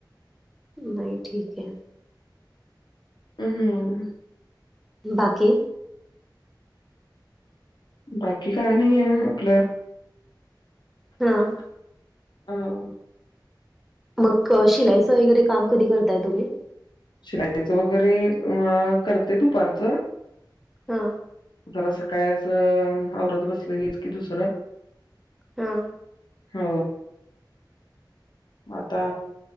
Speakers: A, in the centre; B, on the left.
A: नही ठीक हे
B: ह हम्म
A: बाकी
B: बाकी काय नाही आ हं म्हंटल
A: हं
B: <unintelligible>
A: मग शिलाईचं वगैरे काम कधी करताय तुम्ही
B: शिलायाचं वगैरे अ करते दुपारचं
A: हा
B: जरा सकाळचं आवरात बसलेेली हेच की दुसरं
A: हा
B: हो आता